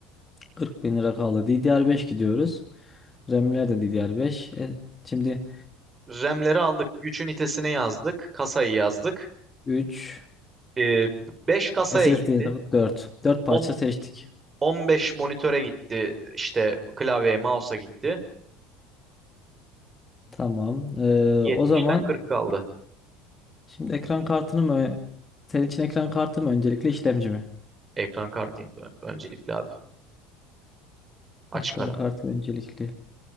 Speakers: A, on the left; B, on the right.
A: 40 bin lira kaldı. ddr beş gidiyoruz. RAM'ler de ddr beş. E, şimdi
B: RAM'leri aldık. Güç ünitesine yazdık. Kasayı yazdık.
A: 3.
B: Ee, 5 kasaya
A: SSD
B: gitti.
A: dört dört parça
B: 10,
A: seçtik.
B: 15 monitöre gitti. İşte klavyeye, mouse'a gitti.
A: Tamam. Ee,
B: 70'ten
A: o zaman
B: 40 kaldı.
A: şimdi ekran kartını mı senin için ekran kartı mı öncelikli işlemci mi?
B: Ekran kartı ö- öncelikli abi. Açık
A: Ekran
B: ara.
A: kartı öncelikli.